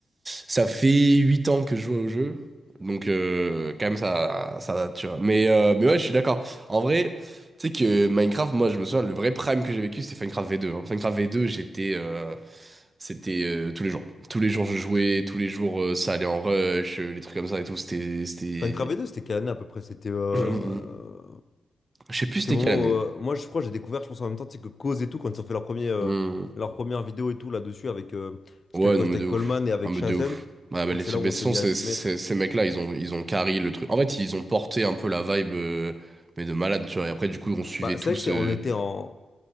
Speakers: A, on the right; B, on the left.
A: ça fait 8 ans que je joue au jeu donc euh, quand même ça ça tu vois mais euh, mais ouais je suis d'accord en vrai tu sais que Minecraft moi je me souviens le vrai prime que j'ai vécu c'était Minecraft V2 hein. Minecraft V2 j'étais euh, c'était euh, tous les jours tous les jours je jouais tous les jours euh, ça allait en rush euh, les trucs comme ça et tout c'était c'était
B: Minecraft V 2 c'était quelle année à peu près? C'était
A: <clears throat>
B: euh,
A: je sais plus
B: c'était
A: c'était
B: au moment
A: quelle année
B: où. euh, moi, je crois que j'ai découvert, je pense en même temps, tu sais, que Cause et tout, quand ils ont fait leur premier, euh,
A: Hmm.
B: leur première vidéo et tout là-dessus, avec. euh,
A: Ouais,
B: c'était quoi?
A: non,
B: C'était
A: mais de
B: avec
A: ouf.
B: Coleman et avec
A: Non, mais
B: Shazen.
A: de ouf. Ouais,
B: Je
A: mais
B: crois
A: les,
B: que c'est là où
A: mais
B: on
A: ce
B: s'est
A: sont
B: mis
A: ces,
B: à s'y
A: ces,
B: mettre.
A: ces mecs-là, ils ont, ils ont carry le truc. En fait, ils ont porté un peu la vibe, euh, mais de malade, tu vois. Et après, du coup, on suivait
B: Bah,
A: tous.
B: c'est vrai que c'est,
A: euh,
B: on était en,